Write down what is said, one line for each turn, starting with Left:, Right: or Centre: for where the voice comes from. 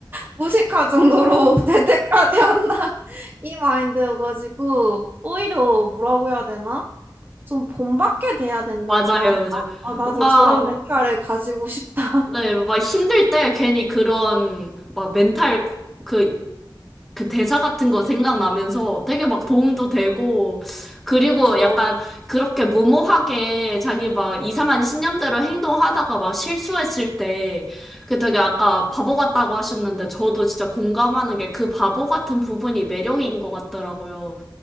Right: 무식할 정도로 <laughs> 대퇴까지 한다 이 마인드여가지고 오히려 뭐라고 해야 되나? 좀 본받게 돼야 된다고
Centre: 맞아요.
Right: 해야 되나?
Centre: 이제
Right: 아 나도
Centre: 뭔가
Right: 저런 멘탈을 가지고 싶다.
Centre: 네, 막 힘들 때 괜히 그런 막 멘탈 그 그 대사 같은 거 생각나면서 되게 막 도움도
Right: <laughs>
Centre: 되고,
Right: 음,
Centre: 그리고
Right: 그죠.
Centre: 약간 그렇게 무모하게 자기 막 이상한 신념대로 행동하다가 막 실수했을 때, 그 되게 아까 바보 같다고 하셨는데, 저도 진짜 공감하는 게 그 바보 같은 부분이 매력인 것 같더라고요.